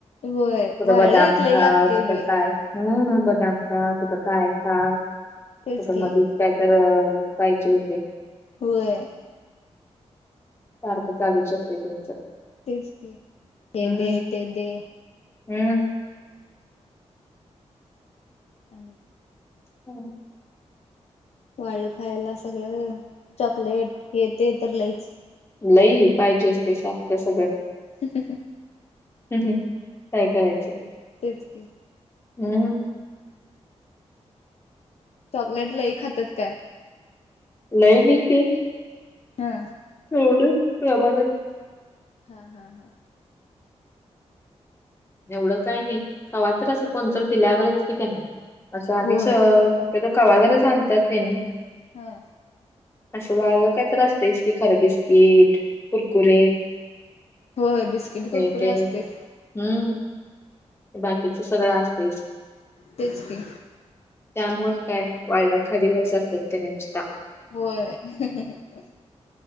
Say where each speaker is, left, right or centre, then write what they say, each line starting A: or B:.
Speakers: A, on the left; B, on the left.
A: होय
B: कुठं
A: वाळलं
B: बदाम
A: एक
B: खा
A: लय लागतय
B: कुठं
A: बाई
B: काय खा, हम बदाम खा कुठ काय खा
A: तेच
B: कुठ
A: की
B: मग! कायतर पाहिजे होती.
A: होय,
B: सारखं चालूच असतय तुमचं.
A: तेच की हे
B: हम्म
A: दे ते दे,
B: हम्म,
A: आणि,
B: हम्,
A: वाळ खायला सगळं चॉकलेट हे ते तर लईच!
B: लय पाहिजे असतय सारखं सगळं?
A: ह ह हं,
B: काय करायचं,
A: तेच की,
B: हम्म,
A: चॉकलेट लई खातात काय!
B: लय नाही देेत,
A: हा,
B: थोडेच प्रभादात,
A: हा हा हां,
B: एवढं काही नाही कवा तर असच कोणत दिल्यावरच कि त्यांना, अच्छा आणि
A: होय
B: श्य शक्यतो कवा तरीच आणतात त्यांनी!
A: हा,
B: असं वाळल कायतरी असतंएच कि खरं बिस्किट. कुरकुर
A: होय बिस्किट कुरकुरे
B: हे ते
A: असतेच
B: हम्म, बाकीच सगळं असतेच,
A: तेच की,
B: त्यामुळे काय वाळल्या खादीवर असतात त्यानी नुसता,
A: होय